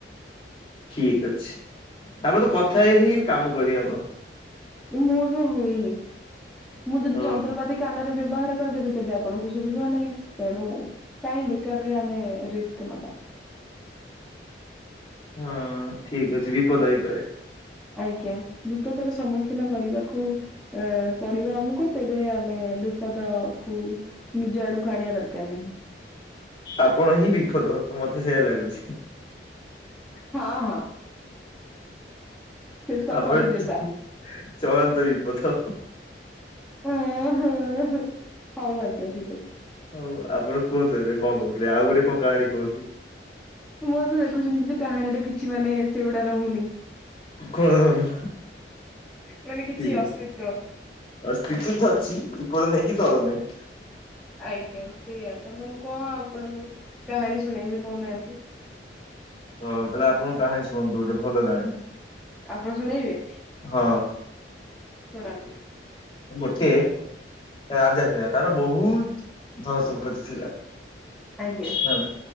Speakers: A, on the left; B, in the centre.
A: ଠିକ ଅଛି ତାପରେ ତ କଥା କଥା ହେଇ ହେଇ କାମ କରିହବ।
B: ମୋର ବି ହୁଏନି ମୁଁ ଯଦି
A: ହଉ
B: ଯନ୍ତ୍ରପାତି କାନରେ ବ୍ୟବହାର ତେବେ ଆପଣଙ୍କୁ ଶୁଭିବନି ତେଣୁ କାଇ ବେକାରରେ ଆମେ ରିକ୍ସ ନବା।
A: ହଁ ଠିକ ଅଛି ବିପଦ ହେଇପାରେ।
B: ଆଜ୍ଞା ବିପଦର ସମ୍ମୁଖୀନ କରିବାକୁ ଅ ପଡିବ ଆମକୁ ତେବେ ଆମକୁ ବିପଦ କୁ ନିଜ ଆଡକୁ ଆଣିବା ଦରକାର ନାହିଁ।
A: ଆପଣ ହିଁ ବିପଦ ମତେ ସେଇଆ ଲାଗୁଛି।
B: ହଁ ହଁ। ଶେଷ
A: ଆପଣ
B: କରିଦେବା।
A: ଚଳନ୍ତା ବିପଦ।
B: ଓ ହୋ ହୋ ହଉ ଆଜ୍ଞା ଠିକ୍ ଅଛି।
A: ହଉ ଆପଣ କୁହନ୍ତୁ ଏବେ କଣ କହୁଥିଲେ ଆଉ ଗୋଟେ କଣ କାହାଣୀ କୁହନ୍ତୁ?
B: ମୁଁ ତ ଦେଖୁଛନ୍ତି ଯେ କାହାଣୀର କିଛି ମାନେ ସେଗୁଡା ରହୁନି।
A: କୁହନ୍ତୁ
B: ମାନେ କିଛି
A: କୁହନ୍ତୁ।
B: ଅସ୍ତିତ୍ଵ
A: ଅସ୍ଥି ଭଛି ଉପର ନାହିଁ କି ତଳ ନହିଁ।
B: ଆଜ୍ଞା ସେଇଆ। ତ ମୁଁ କଣ ଆପଣଙ୍କୁ କାହାଣୀ ଶୁଣେଇବି କହୁନାହାନ୍ତି।
A: ହ ତାହେଲେ ଆପଣଙ୍କ କାହାଣୀ ଶୁଣନ୍ତୁ ଗୋଟେ ଭଲ କାହାଣୀ।
B: ଆପଣ ଶୁଣେଇବେ।
A: ହଁ
B: ଶୁଣନ୍ତୁ।
A: ଗୋଟେ ରାଜା ଥିଲା ତାର ବହୁତ ଧନ ସମ୍ପତ୍ତି ଥିଲା।
B: ଆଜ୍ଞା।
A: ହେଲା